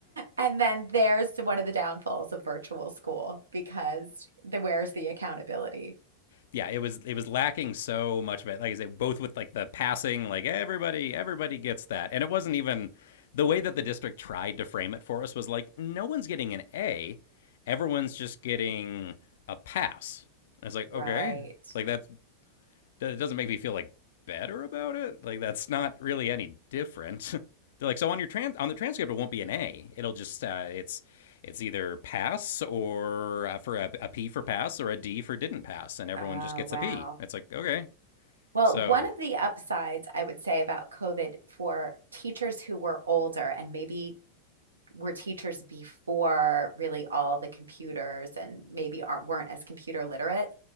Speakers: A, on the right; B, on the left.
A: And then there's one of the downfalls of virtual school because the where's the accountability?
B: Yeah, it was it was lacking so much of it. Like I say, both with like the passing, like everybody everybody gets that, and it wasn't even the way that the district tried to frame it for us was like no one's getting an A, everyone's just getting a pass. And it's like okay,
A: Right.
B: like that it doesn't make me feel like better about it. Like that's not really any different. <laughs> They're like, so on your trans on the transcript, it won't be an A. It'll just uh, it's it's either pass or uh, for a, a P for pass or a D for didn't pass, and everyone
A: Oh,
B: just gets
A: wow.
B: a P. It's like okay,
A: Well,
B: so
A: one of the upsides I would say about COVID for teachers who were older and maybe were teachers before really all the computers and maybe aren't weren't as computer literate.